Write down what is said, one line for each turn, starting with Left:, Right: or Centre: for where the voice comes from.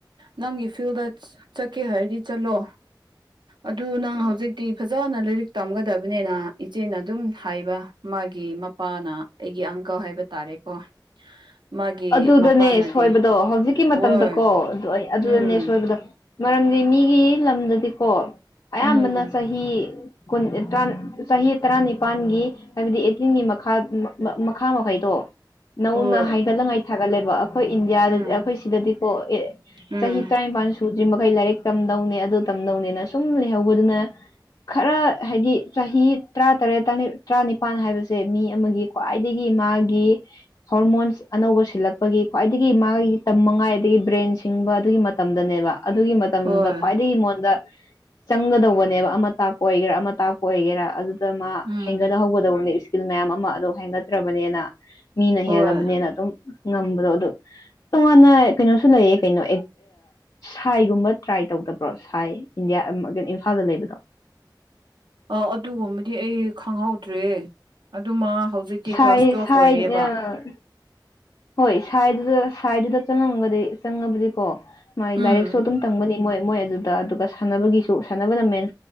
Right: ꯅꯪꯒꯤ ꯐꯤꯜꯗ ꯆꯠꯀꯦ ꯍꯥꯏꯔꯗꯤ ꯆꯠꯂꯣ ꯑꯗꯨ ꯅꯪ ꯍꯧꯖꯤꯛꯇꯤ ꯐꯖꯅ ꯂꯥꯏꯔꯤꯛ ꯇꯝꯒꯗꯕꯅꯤꯅ ꯏꯆꯦꯅ ꯑꯗꯨꯝ ꯍꯥꯏꯕ ꯃꯥꯒꯤ ꯃꯄꯥꯅ ꯑꯩꯒꯤꯥꯡ ꯍꯥꯏꯕ ꯇꯥꯔꯦꯀꯣ ꯃꯥꯒꯤ
Left: ꯑꯗꯨꯗꯅꯦ
Right: ꯃꯄꯥꯅꯗꯤ
Left: ꯁꯣꯏꯕꯗꯣ ꯍꯧꯖꯤꯛꯀꯤ ꯃꯇꯝꯗꯀꯣ
Right: ꯍꯣꯏ
Left: ꯑꯗꯨ ꯑꯗꯨꯗꯅꯦ
Right: ꯎꯝ
Left: ꯁꯣꯏꯕꯗꯣ ꯃꯔꯝꯗꯤ ꯃꯤꯒꯤ ꯂꯝꯗꯗꯤꯀꯣ ꯑꯌꯥꯝꯕꯅ
Right: ꯎꯝ
Left: ꯆꯍꯤ ꯨ ꯆꯍꯤ ꯇꯔꯥꯅꯤꯄꯥꯜꯒꯤ ꯍꯥꯏꯕꯗꯤ ꯑꯩꯠꯇꯤꯟꯒꯤ ꯃꯈꯥ ꯃꯈꯥ ꯃꯈꯩꯗꯣ ꯅꯧꯅ
Right: ꯍꯣꯏ
Left: ꯍꯥꯏꯒꯠꯂꯉꯥꯏ ꯊꯥꯒꯠꯂꯦꯕ ꯑꯩꯈꯣꯏ ꯏꯟꯗꯤꯌꯥꯗꯗꯤ
Right: ꯎꯝ
Left: ꯑꯩꯈꯣꯏ ꯁꯤꯗꯗꯤꯀꯣ ꯑꯦ
Right: ꯎꯝ
Left: ꯆꯍꯤ ꯇꯔꯥꯅꯤꯄꯥꯟ ꯁꯨꯗ꯭ꯔꯤ ꯑꯩꯈꯣꯏ ꯂꯥꯏꯔꯤꯛ ꯇꯝꯗꯧꯅꯦ ꯑꯗꯨ ꯇꯝꯗꯧꯅꯦꯅ ꯁꯨꯝ ꯂꯩꯍꯧꯕꯗꯨꯅ ꯈꯔ ꯍꯥꯏꯗꯤ ꯆꯍꯤ ꯇꯔꯥꯇꯔꯦꯠ ꯇꯔꯥꯅꯤꯄꯥꯜ ꯍꯥꯏꯕꯁꯦ ꯃꯤ ꯑꯃꯒꯤ ꯈ꯭ꯋꯥꯏꯗꯒꯤ ꯃꯥꯒꯤ ꯍꯣꯔꯃꯣꯟꯁ ꯑꯅꯧꯕ ꯁꯤꯜꯂꯛꯄꯒꯤ ꯈ꯭ꯋꯥꯏꯗꯒꯤ ꯃꯥꯒꯤ ꯇꯝ ꯃꯉꯥꯏ ꯑꯗꯒꯤ ꯕ꯭ꯔꯦꯟ ꯁꯤꯡꯕ ꯑꯗꯨꯒꯤ ꯃꯇꯝꯗꯅꯦꯕ ꯑꯗꯨꯒꯤ ꯃꯇꯝꯗꯨꯗ
Right: ꯍꯣꯏ
Left: ꯈ꯭ꯋꯥꯏꯗꯒꯤꯉꯣꯟꯗ ꯆꯪꯒꯗꯧꯕꯅꯦꯕ ꯑꯃ ꯇꯥꯛꯄ ꯑꯣꯏꯒꯦꯔꯥ ꯑꯃ ꯇꯥꯛꯄ ꯑꯣꯏꯒꯦꯔꯥ ꯑꯗꯨꯗ ꯃꯥ
Right: ꯎꯝ
Left: ꯍꯦꯟꯒꯠꯍꯧꯒꯗꯧꯕꯅꯦ ꯏꯁꯀꯤꯜ ꯃꯌꯥꯝ ꯑꯃ ꯑꯗꯨꯣ ꯍꯥꯏꯦꯟꯒꯠꯇ꯭ꯔꯕꯅꯤꯅ ꯃꯤꯅ
Right: ꯍꯣꯏ
Left: ꯍꯦꯜꯂꯕꯅꯤꯅ ꯑꯗꯨꯝ ꯉꯝꯕꯗꯣ ꯑꯗꯨ ꯇꯣꯉꯥꯟꯅ ꯀꯩꯅꯣꯁꯨ ꯂꯩꯌꯦ ꯀꯩꯅꯣ ꯁꯥꯏꯒꯨꯝꯕ ꯇ꯭ꯔꯥꯏ ꯇꯧ ꯭ꯔꯣ ꯁꯥꯏ ꯏꯟꯗꯤꯌꯥ ꯀꯩꯅꯣ ꯏꯝꯐꯥꯜꯗ ꯂꯩꯕꯗꯣ
Right: ꯑ ꯑꯗꯨꯒꯨꯝꯕꯗꯤ ꯑꯩ ꯈꯪꯍꯧꯗ꯭ꯔꯦ ꯑꯗꯨꯃ ꯍꯧꯖꯤꯛꯇꯤ
Left: ꯁꯥꯏ
Right: ꯀ꯭ꯂꯥꯁ ꯇꯨꯦꯜꯐ
Left: ꯁꯥꯏ
Right: ꯑꯣꯏꯔꯤꯑꯕ
Left: ꯑ ꯍꯣꯏ ꯁꯥꯏꯗꯨꯗ ꯁꯥꯏꯗꯨꯗ ꯆꯪꯉꯝꯃꯒꯗꯤ ꯆꯪꯉꯕꯗꯤꯀꯣ ꯃꯥꯏ
Right: ꯎꯝ
Left: ꯂꯥꯏꯔꯤꯛꯁꯨ ꯑꯗꯨꯝ ꯇꯝꯒꯅꯤ ꯃꯣꯏ ꯃꯣꯏ ꯑꯗꯨꯗ ꯑꯗꯨꯒ ꯁꯥꯟꯅꯕꯒꯤꯁꯨ ꯁꯥꯟꯅꯕꯅ ꯃꯦꯟ